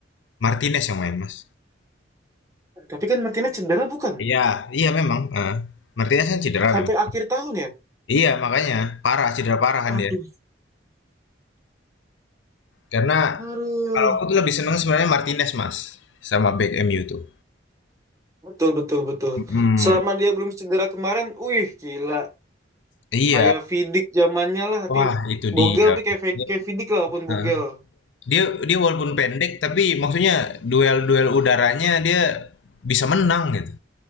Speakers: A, on the left; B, on the right.
A: Martinez yang main Mas.
B: Tapi kan Martinez cedera bukan?
A: Iya, iya memang. eh. Martinez kan cedera
B: Sampai
A: memang.
B: akhir tahun ya?
A: Iya makanya parah cedera parah
B: Aduh,
A: kan dia. Karena
B: aduh.
A: kalau aku tuh lebih seneng sebenarnya Martinez Mas sama back MU tuh.
B: Betul, betul, betul.
A: Mm,
B: Selama dia belum cedera kemarin, wih gila.
A: Iya,
B: Kayak Vidic zamannya lah, tapi
A: wah itu
B: Bogel
A: dia.
B: tapi kayak Vidic,
A: Dia,
B: kayak Vidic lah walaupun Bogel.
A: eh, dia dia walaupun pendek tapi maksudnya duel-duel udaranya dia bisa menang gitu.